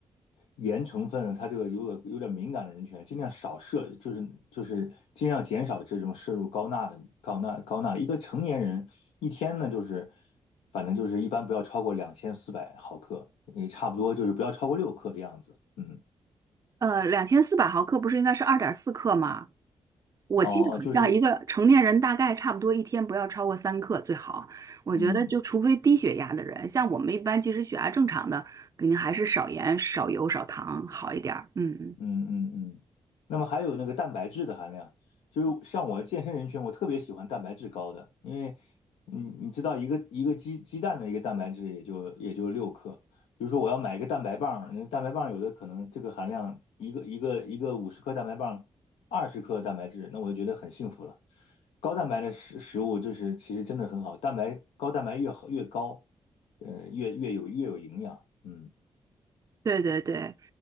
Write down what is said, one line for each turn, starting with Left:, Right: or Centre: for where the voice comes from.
Left: 盐成分，它这个有点有点敏感的人群啊，尽量少摄，就是就是尽量减少这种摄入高钠的高钠高钠。一个成年人一天呢，就是反正就是一般不要超过两千四百毫克，也差不多就是不要超过六克的样子。嗯，
Right: 呃，两千四百毫克不是应该是二点四克吗？我记得好像一个成年人大概差不多一天不要超过三克最好。
Left: 哦哦，就是
Right: 我觉得就除非低血压的人，
Left: 嗯。
Right: 像我们一般其实血压正常的，肯定还是少盐、少油、少糖好一点儿。嗯，
Left: 嗯嗯嗯，那么还有那个蛋白质的含量，就是像我健身人群，我特别喜欢蛋白质高的，因为你你知道一个一个鸡鸡蛋的一个蛋白质也就也就六克，比如说我要买一个蛋白棒，那个蛋白棒有的可能这个含量一个一个一个五十克蛋白棒，二十克蛋白质，那我就觉得很幸福了。高蛋白的食食物就是其实真的很好，蛋白高蛋白越好越高，呃越越有越有营养，嗯
Right: 对对对。